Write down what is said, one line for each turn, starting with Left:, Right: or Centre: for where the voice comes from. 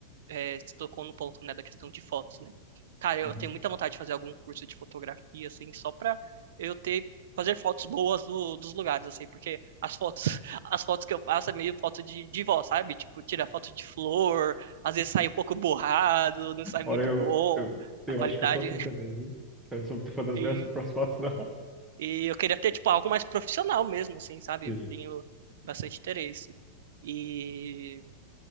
Right: é, você tocou no ponto, né, da questão de fotos, né? Cara, eu
Centre: Uhum.
Right: tenho muita vontade de fazer algum curso de fotografia, assim, só pra eu ter, fazer fotos boas do- dos lugares, assim, porque as fotos, <laughs> as fotos que eu faço é meio foto de, de vó, sabe? Tipo, tira foto de flor, às vezes sai um pouco borrado, não sai muito
Centre: Ora, eu,
Right: bom
Centre: eu,
Right: a
Centre: eu
Right: qualidade.
Centre: acho que eu sou assim também, viu? Eu não sou muito fã das
Right: <laughs>
Centre: minhas <laughs> próprias fotos, não.
Right: E eu queria ter, tipo, algo mais profissional mesmo, assim, sabe?
Centre: Sim.
Right: Eu tenho bastante interesse. E